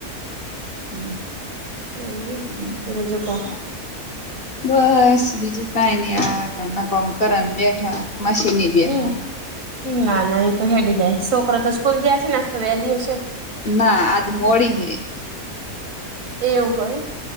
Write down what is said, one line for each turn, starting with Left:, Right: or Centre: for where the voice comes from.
Left: હમ
Right: તોય
Left: હમ
Right: હવ બીજું કો
Left: હ. બસ બીજું કઈ નઈ આ નકોમ કર બેઠા મશીની બેઠા.
Right: હમ ના ના એ તો હેડી જાય છોકરા તો સ્કૂલ જસી નાસ્ તો વેલી હશે.
Left: ના આજ મોડી હ.
Right: એવું હોય.